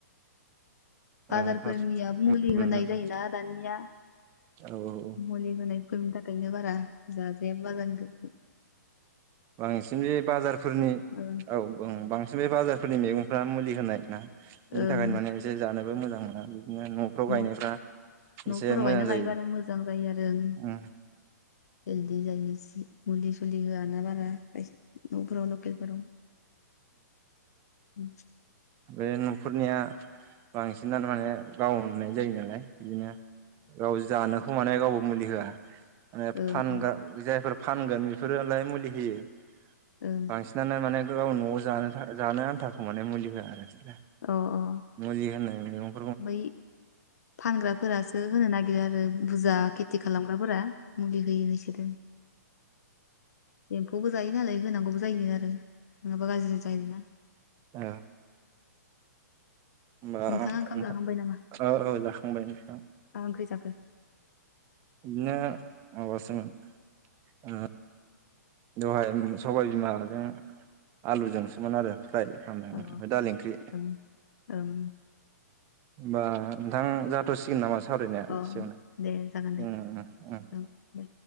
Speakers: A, on the left (about 65°); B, on the right (about 25°).
A: बाजारफोरनिया
B: ओं थास'
A: मुलि
B: उम
A: होनाय
B: उम
A: जायोना दानिया
B: औ औ
A: मुलि होनायफोरनि थाखायनो बारा जाजाया बाजारनिखो
B: बांसिन बे बाजारफोरनि
A: ओं
B: औ ओं बांसिन बे बाजारफोरनि मैगं फ्रा मुलि होनाय ना बेनि
A: ओं
B: थाखायनो माने एसे जानोबो मोजां मोना बिदिनो न'फ्राव गायनायफ्रा
A: न' न'फोराव
B: एसे मोजां
A: गायना लायोबानो
B: जायो
A: मोजां जायो आरो ओं
B: उम
A: हेलदि जायो जि मुलि सुलि होआ ना बारा न'फोराव लकेलफोराव ओं
B: बे न'खरनिया बांसिनानो माने गाव हमनाय जायो नालाय बिदिनो गाव जानोखौ माने गावबो मुलि होआ माने
A: ओं
B: फानग्रा
A: ओं
B: जायफोर फानगोन बेफोरोलाय मुलि होयो
A: ओं
B: बांसिनानो माने गाव न'आव जानो जानो आन्थाखौ माने मुलि होआ आरोखि
A: अ अ
B: मुलि होना
A: बै फानग्राफोरासो होनो नागिरो आरो बुजा खेथि खालामग्राफोरा मुलि होयो बिसोरो बेखौबो जायो नालाय होनांगौबो जायो आरो नङाबा गाज्रि जायोना?
B: औ होमबा
A: नोंथाङा ओंखाम
B: नोथां
A: जाखांबाय नामा
B: ओ ओ जाखांबाय नोंथां।
A: मा ओंख्रि जाखो
B: बिदिनो माबासोमोन ओ दहाय सबाय बिमाजों आलुजोंसोमोन आरो फ्राइ खालामनायमोन
A: अ
B: ओमफ्राइ दालि ओंख्रि
A: ओं ओं
B: होमबा नोंथां जाथ'सिगोन नामा? सावरायनाया
A: अ
B: एसेयावनो
A: दे जागोन दे
B: उ उ
A: ओं दे